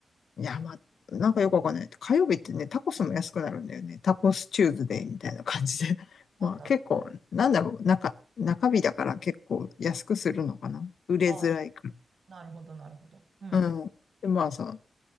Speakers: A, on the left; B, on the right.
A: いや、まあ、なんかよくわかんない。火曜日ってね、タコスも安くなるんだよね。タコスチューズデーみたいな感じで。<laughs>
B: なんだろ
A: まあ結構、なんだろう、
B: うね。うん
A: 中、中日だから結構安くするのかな。売れづらいか
B: あ、なるほど、なるほど。うん、
A: ら。うん。で、まあさ、